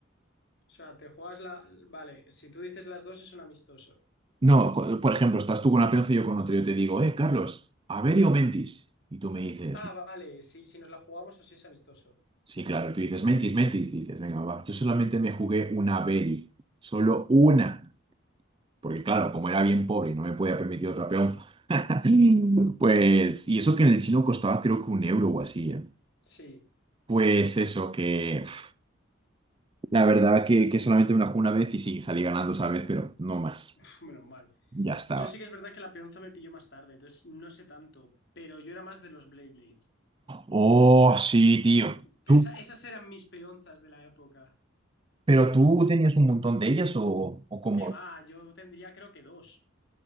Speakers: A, on the left; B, on the right.
A: O sea, te juegas la... Vale, si tú dices las dos es un amistoso.
B: No, cu- por ejemplo, estás tú con una peonza y yo con otro. Yo te digo, eh, Carlos, ¿Averi o mentis? Y tú me dices,
A: Ah, vale, sí, si nos la jugamos o si es amistoso.
B: sí, claro. Y tú dices, mentis, mentis. Y dices, venga, va. Yo solamente me jugué una Averi. Solo una. Porque claro, como era bien pobre y no me podía permitir otra peonza, <laughs> pues... Y eso que en el chino costaba creo que un euro o así, ¿eh?
A: Sí,
B: Pues eso, que pf, la verdad que, que solamente me la jugué una vez y sí, salí ganando esa vez, pero no más.
A: Pf, menos mal.
B: Ya estaba.
A: Yo sí que es verdad que la peonza me pilló más tarde, entonces no sé tanto, pero yo era más de los Blade Blades.
B: Oh, sí, tío. Tú.
A: Que esa- esas eran mis peonzas de la época.
B: ¿Pero tú tenías un montón de ellas o, o como
A: ¿Qué va, yo tendría creo que dos